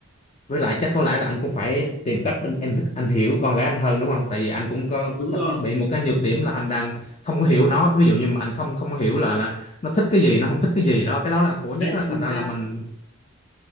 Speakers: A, on the left; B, on the left.
A: với lại chắc có lẽ là anh cũng phải tìm cách anh, em anh hiểu con gái anh hơn đúng không tại vì anh cũng có
B: Đúng rồi,
A: bị một cái nhược điểm là anh đang không có hiểu nó ví dụ như mà anh không không có hiểu là là nó thích cái gì nó không thích cái gì đó cái đó là khổ nhất
B: đấy
A: đó.
B: chính
A: thành ra
B: xác.
A: là mình